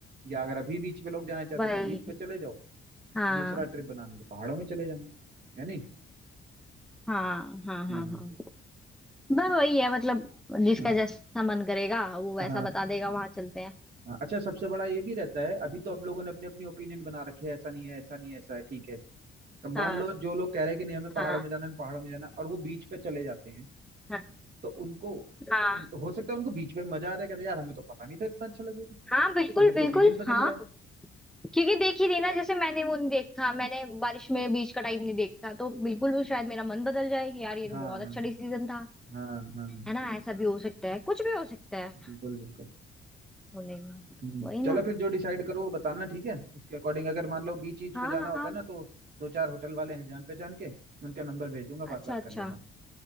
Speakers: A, on the right (about 55°); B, in the centre.
A: या अगर अभी बीच पे लोग जाना चाहते
B: वही
A: हैं, तो बीच पे चले जाओ
B: हाँ
A: दूसरा ट्रिप बनाना तो पहाड़ों में चले जाना है नहीं
B: हाँ हाँ हाँ
A: हाँ
B: हाँ बस वही है मतलब जिसका
A: हाँ
B: जैसा मन करेगा वो वैसा
A: हाँ
B: बता देगा वहां चलते हैं
A: हाँ, अच्छा सबसे बड़ा ये भी रहता है अभी तो अब लोगों ने अपनी अपनी ओपिनियन बना रखी है ऐसा नहीं है ऐसा नहीं है ऐसा है ठीक है तो मान
B: हाँ
A: लो जो लोग कह रहे हैं कि नहीं हमें पहाड़ों
B: हाँ
A: में जाना हमें पहाड़ों में जाना और वो बीच पे चले जाते हैं
B: हाँ
A: तो उनको
B: हाँ
A: हो सकता है उनको बीच में मजा आ जाए कहते हैं, यार हमें तो पता नहीं था इतना अच्छा लगेगा
B: हाँ बिल्कुल
A: उनकी
B: बिल्कुल
A: ओपिनियन बदल
B: हाँ
A: जाए
B: क्योंकि देख ही देना जैसे मैंने वो नहीं देखा मैंने बारिश में बीच का टाइम नहीं देखा तो बिल्कुल भी शायद मेरा मन बदल जाए कि यार ये तो
A: हाँ
B: बहुत
A: हाँ हाँ
B: अच्छा डिसीजन था
A: हाँ हाँ हाँ,
B: है ना ऐसा भी हो सकता है कुछ भी हो सकता है
A: बिल्कुल बिल्कुल
B: होने में
A: हम्म
B: वही ना
A: चलो फिर जो डिसाइड करो वो बताना ठीक है उसके अकॉर्डिंग अगर मान लो बीच बीच
B: हाँ
A: पे जाना होता
B: हाँ
A: है ना तो दो चार होटल वाले हैं जान पहचान के उनका नंबर भेज दूंगा
B: अच्छा
A: बात बात
B: अच्छा
A: कर लेना